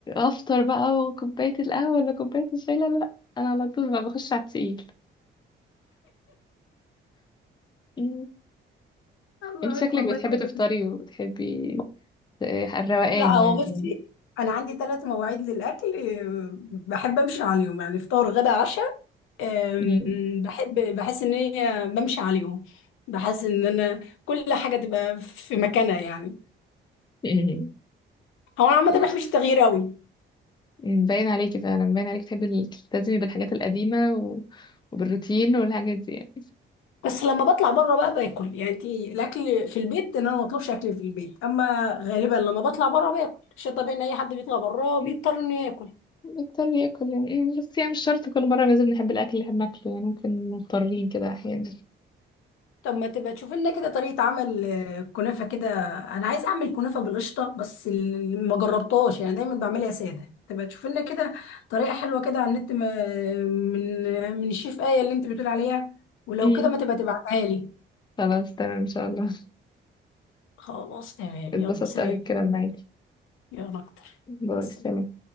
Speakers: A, on the left (about 20°); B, on the left (about 85°).
A: افطر بقى وكوباية القهوة ولا كوباية الشاي لا لا لا انا على طول بقى بخش على التقيل مم.
B: <laughs> الله
A: انت شكلك
B: يك- والله
A: بتحبي
B: كويس
A: تفطري وبتحبي آه، الروقان
B: لا
A: يعني
B: هو بصي انا عندي ثلاث مواعيد للاكل آه، بحب امشي عليهم يعني فطار غدا عشاء أم،
A: مم.
B: بحب بحس ان هي بمشي عليهم بحس ان انا كل حاجه تبقى في مكانها يعني
A: مم.
B: هو انا عامه
A: مم.
B: ما بحبش التغيير قوي
A: باين عليكي فعلا باين عليكي تحبي تلتزمي بالحاجات القديمة و... وبالروتين والحاجات دي
B: بس لما بطلع بره بقى باكل يعني انت الاكل في البيت ان انا ما بطلبش اكل في البيت اما غالبا لما بطلع بره باكل شيء طبيعي ان اي حد بيطلع بره
A: يعني.
B: بيضطر انه ياكل
A: بضطر ياكل يعني أمم، بس يعني مش شرط كل مرة لازم نحب الأكل اللي احنا بناكله يعني ممكن مضطرين كده أحيانا
B: طب ما تبقى تشوف لنا كده طريقة عمل آه، كنافة كده أنا عايزة أعمل كنافة بالقشطة بس ال- ما جربتهاش يعني دايما بعملها سادة تبقى تشوف لنا كده طريقة حلوة كده على النت ما- من من الشيف آية اللي أنت بتقول عليها ولو
A: أمم،
B: كده ما تبقى تبعتها لي
A: خلاص تمام إن شاء الله
B: خلاص تمام
A: <laughs> اتبسطت
B: يلا سلام
A: أوي الكلام معاكي
B: يلا أكتر
A: باي
B: سلام.
A: سلام